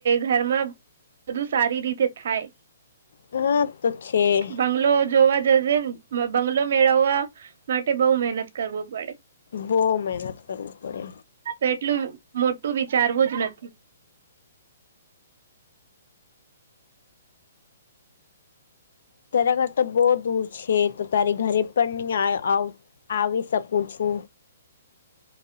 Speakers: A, on the right; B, on the left.
A: ઘરમાં બધું સારી રીતે થાય
B: હ તો છે.
A: બંગલો જોવા જશેે બંગલો મેળવવા માટે બહુ મહેનત કરવું પડે
B: બહ મહેનત કરવીું પડે
A: તો એટલું મોટું વિચારવું જ નથી.
B: તરા ઘર તો બહ દૂર છે તો તારી ઘરે પણ નહી. આવી શકું છુ.